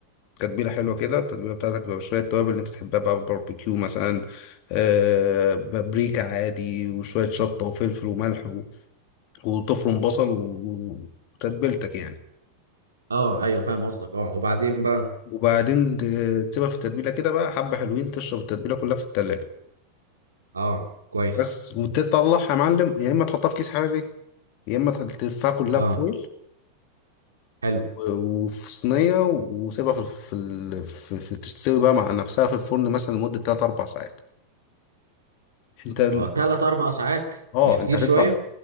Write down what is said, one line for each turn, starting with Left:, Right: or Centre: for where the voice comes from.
Left: تتبيله حلوه كده التتبيله بتاعتك بتبقى شويه توابل اللي انت تحبها بقى باربيكيو مثلا آه بابريكا عادي وشويه شطه وفلفل وملح و- وتفرم بصل و- وتتبيلتك يعني
Right: اه ايوه فاهم قصدك اه وبعدين بقى
Left: وبعدين ت- تسيبها في التتبيله كده بقى حبه حلوين تشرب التتبيله كلها في التلاجه
Right: اه كويس
Left: بس وتطلعها يا معلم يا اما تحطها في كيس حراري يا اما تلفها كلها
Right: اه
Left: بفويل
Right: حلو
Left: وفي صينية وسيبها في في ال- في في تستوي بقى مع نفسها في الفرن مثلا لمدة 3 4 ساعات انت ال-
Right: اه تلات اربع ساعات
Left: اه
Right: مش كتير
Left: انت هتطلع
Right: شويه